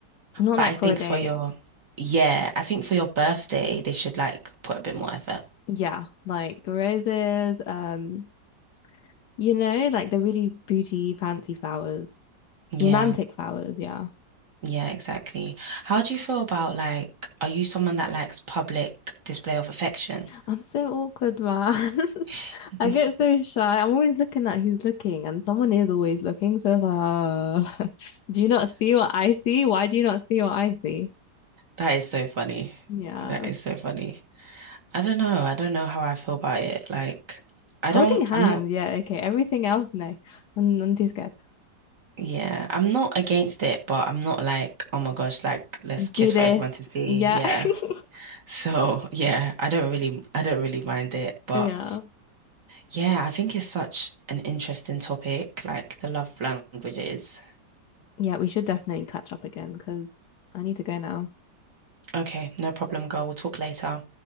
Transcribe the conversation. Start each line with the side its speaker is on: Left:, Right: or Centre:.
Left: Not
Right: But
Left: like
Right: I think
Left: for a date.
Right: for your, yeah, I think for your birthday, they should like put a bit more effort.
Left: Yeah, like roses, um, you know, like the really bougie, fancy flowers,
Right: Yeah,
Left: romantic flowers, yeah.
Right: yeah, exactly. How do you feel about like, are you someone that likes public display of affection?
Left: I'm so awkward, man. <laughs>
Right: <laughs>
Left: I get so shy. I'm always looking at who's looking, and someone is always looking. So it's like, uh, <laughs> do you not see what I see? Why do you not see what I see?
Right: That is so funny.
Left: Yeah.
Right: That is so funny. I don't know. I don't know how I feel about it. Like, I
Left: Holding
Right: don't,
Left: hands.
Right: I'm not,
Left: Yeah. Okay. Everything else, no. I'm, I'm too scared.
Right: yeah, I'm not against it, but I'm not like, oh my gosh, like, let's kiss
Left: Do
Right: for
Left: this.
Right: everyone to see.
Left: Yeah.
Right: Yeah.
Left: <laughs>
Right: So, yeah, I don't really, I don't really mind it, but
Left: Yeah.
Right: Yeah, I think it's such an interesting topic, like the love languages.
Left: Yeah. We should definitely catch up again because I need to go now.
Right: Okay, no problem, girl. We'll talk later.